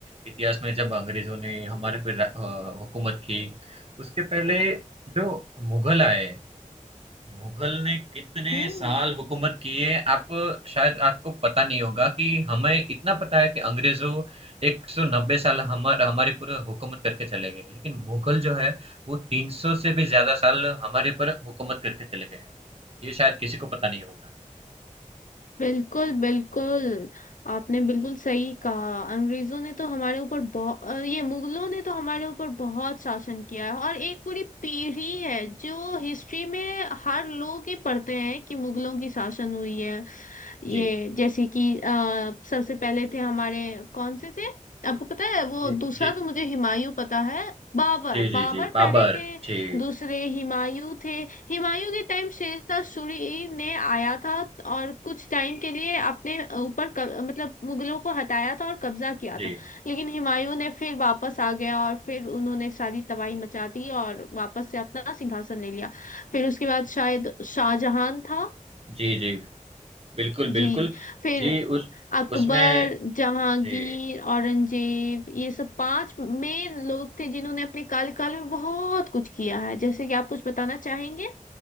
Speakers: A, on the right (about 45°); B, on the left (about 75°).
A: इतिहास में जब अंग्रेजों ने हमारे पे रा- अ, हुकूमत की उसके पहले जो मुगल आए मुगल ने कितने
B: हम्म
A: साल हुकूमत की है? आप शायद आपको पता नहीं होगा कि हमें इतना पता है कि अंग्रेजों 190 साल हमार हमारे पूरे हुकूमत करके चले गए लेकिन मुगल जो है वो 300 से भी ज्यादा साल हमारे पर हुकूमत करके चले गए हैं ये शायद किसी को पता नहीं होगा
B: बिल्कुल बिल्कुल आपने बिल्कुल सही कहा अंग्रेजों ने तो हमारे ऊपर बहुत ये मुगलों ने तो हमारे ऊपर बहुत शासन किया है और एक पूरी पीढ़ी है जो हिस्ट्री में हर लोग ही पढ़ते हैं कि मुगलों की शासन हुई है ये
A: जी
B: जैसे कि आ, सबसे पहले थे हमारे कौन से थे आपको पता है वो
A: जी
B: दूसरा
A: जी
B: तो मुझे हुमायूं पता है बाबर
A: जी जी
B: बाबर
A: जी बाबर
B: पहले थे
A: जी
B: दूसरे हुमायूं थे हुमायूं के टाइम शेरशाह सूरी ने आया था और कुछ टाइम के लिए अपने ऊपर क- मतलब मुगलों को हटाया था और कब्जा किया
A: जी
B: था लेकिन हुमायूं ने फिर वापस आ गया और फिर उन्होंने सारी तबाही मचा दी और वापस से अपना सिंहासन ले लिया फिर उसके बाद शायद शाहजहां था
A: जी जी बिल्कुल
B: जी
A: बिल्कुल
B: फिर
A: जी उस
B: अकबर
A: उसमें
B: जहांगीर
A: जी
B: औरंगजेब ये सब पांच मेन लोग थे जिन्होंने अपने कार्यकाल में बहुत कुछ किया है जैसे कि आप कुछ बताना चाहेंगे